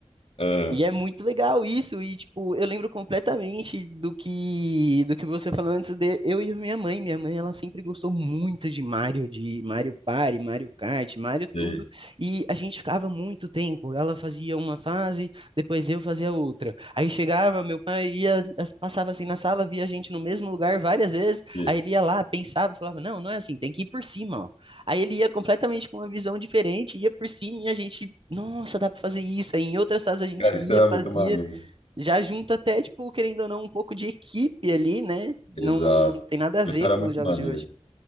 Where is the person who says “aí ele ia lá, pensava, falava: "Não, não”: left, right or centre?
Right